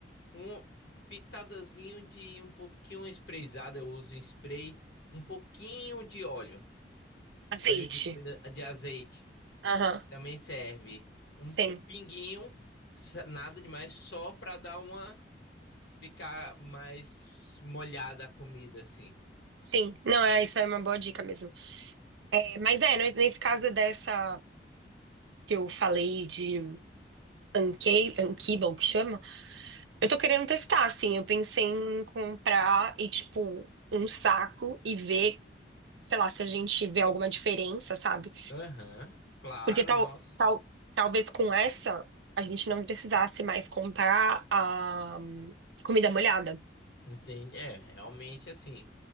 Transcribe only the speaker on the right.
Azeite.
Aham,
sim.
Sim, não, é, isso é uma boa dica mesmo. É, mas é, no- nesse caso dessa que eu falei de Anke- Ankiba, o que chama, eu tô querendo testar, assim, eu pensei em comprar e, tipo, um saco e ver, sei lá, se a gente vê alguma diferença, sabe?
Porque tal,
tal, talvez com essa a gente não precisasse mais comprar a hum, comida molhada.